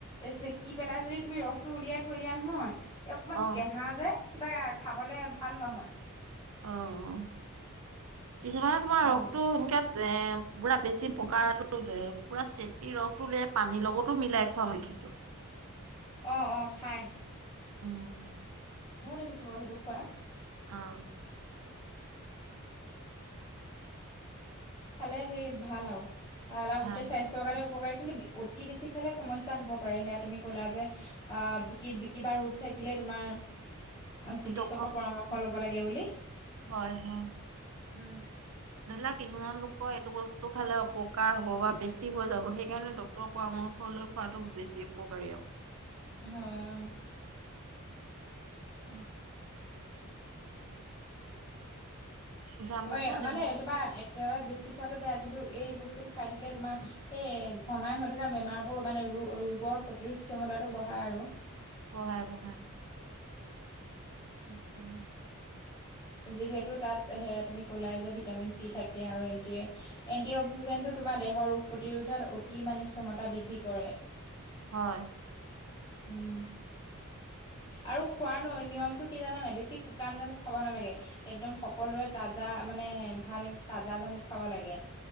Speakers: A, on the left; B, on the right.
A: এ চেকি পেলাই যদি তুমি ৰসটো উলিয়াই থৈ দিয়া নহয় অকমান
B: অ',
A: কেহা যে কিবা খাবলে ভাল নহয়।
B: অহ, কিছুমানে তোমাৰ
A: জামুটো
B: ৰসটো সেনকে ছে পুৰা বেছি পকাটো যে পুৰা চেপি ৰসটো পানীৰ লগতো মিলাই খোৱা দেখিছোঁ।
A: অঁ অঁ খায়।
B: উম,
A: ময়ো দেখিছো বা সেইটো খোৱা
B: অ।
A: খালে সেই ভাল আও, <inaudible>
B: ভাল
A: গোটেই স্বাস্থৰ কাৰণে উপকাৰী কিন্তু অতি বেছি খালে সমস্যা হব পাৰে, সেয়া তুমি ক'লা যে আহ কি কিবা ৰোগ থাকিলে তোমাৰ চিকিৎসকৰ
B: ডক্টৰ
A: পৰামৰ্শ লব লাগে বুলি।
B: হয় হয়।
A: উম।
B: ধৰি লোৱা কিছুমান লোকৰ এইটো বস্তু খালে অপকাৰ হব বা বেছি হৈ যাব, সেইকাৰণে ড ক্টৰ পৰামৰ্শ লৈ খোৱাটো বেছি উপকাৰী আৰু।
A: হয় অ। এ
B: জামুকটো
A: অ এ
B: <inaudible>
A: মানে তোমাৰ একেবাৰে বেছি খোৱাটো বেয়া, কিন্তু এই বস্তুটো খাই থাকিলে তোমাৰ এই ঘনাই হৈ থকা বেমাৰবোৰ মানে ৰো ৰোগৰ প্ৰতিৰোধ ক্ষমতাটো বঢ়ায় আৰু।
B: বঢ়াই বঢ়াই। তাকেহে।
A: যিহেতু তাত হেই তুমি ক'লাই যে ভিটামিন চি থাকে আৰু এনটি এ এণ্টি অক্সিজেণ্টটো তোমাৰ দেহৰ ৰোগ প্ৰতিৰোধত অতি মানে ক্ষমতা বৃদ্ধি কৰে।
B: হয়।
A: উম। আৰু খোৱাৰ ন নিয়মতটো কি জানা নাই বেছি শুকান জামোক খাব নালাগে। একদম সকলোৱে তাজা মানে ভাল তাজা জামুক খাব লাগে।